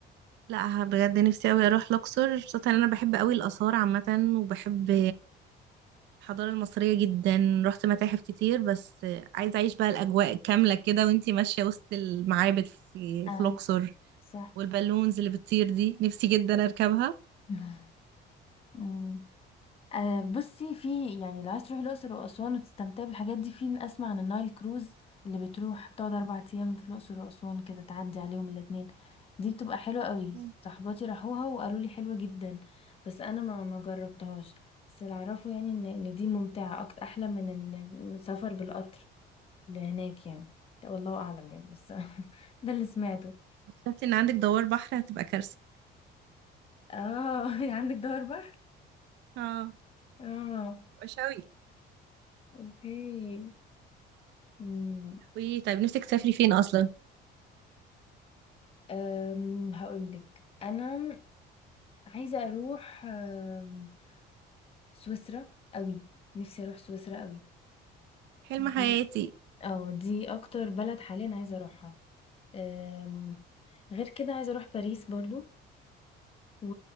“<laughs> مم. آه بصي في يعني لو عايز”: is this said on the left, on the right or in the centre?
Left